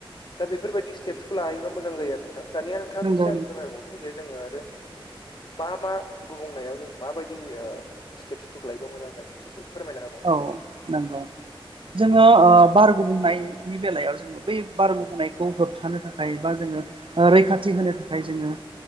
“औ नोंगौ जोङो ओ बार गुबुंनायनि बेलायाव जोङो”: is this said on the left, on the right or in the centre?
Right